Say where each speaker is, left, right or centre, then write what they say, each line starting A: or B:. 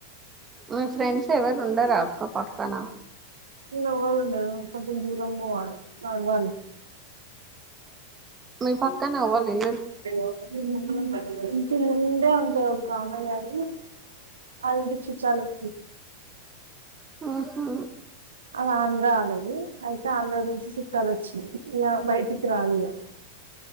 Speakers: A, on the right; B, on the right.
A: ఊ ఫ్రెండ్స్ ఎవరుండరాక్క పక్కన.
B: ఈడ ఎవరు ఉండరు, కొంచెం దూరం పోవాలీ. అను వన్
A: మి పక్కన ఏవళ ఇ
B: <unintelligible> ఇంటి ముందే ఉండే ఒకామె గనీ ఆళ్ళ ఇంటికి చుట్టాల్ <inaudible>
A: ఆహా
B: అది ఆంధ్ర ఆళ్ళది అయితే ఆంధ్ర నుంచి చుట్టాల్ వచ్చింరు ఇగ బయటికి రాదిగా